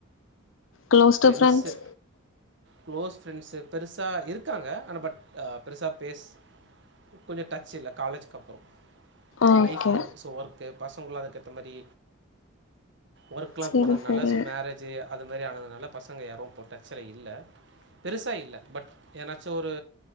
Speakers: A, on the left; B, on the right.
A: closest
B: friends
A: friends
B: close friends பெருசா இருக்காங்க ஆனால் பட் பெருசா பேஸ் கொஞ்சம் டச் இல்ல காலேஜ்க்கு அப்புறம்
A: ஓகே
B: லைஃப் ஸோ ஒர்க் பசங்கள்ளும் அதுகேக்த மாரி ஒர்க்ல்லாம்
A: செரி
B: போன
A: செரி
B: நால சோ மேரேஜ்ஜு அது மாரி ஆனது நால பசங்க யாரும் இப்போ டச்சலா இல்ல பெருசா இல்லா பட் என்னாச்சும் ஒரு